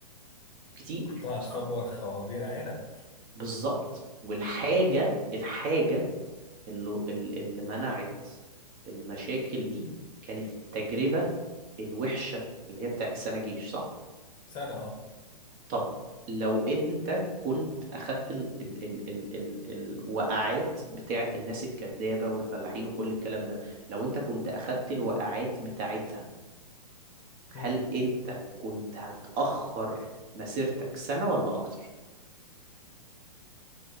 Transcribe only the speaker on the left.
كنت هتخبر
خوابير عينك
سنة اه
مم.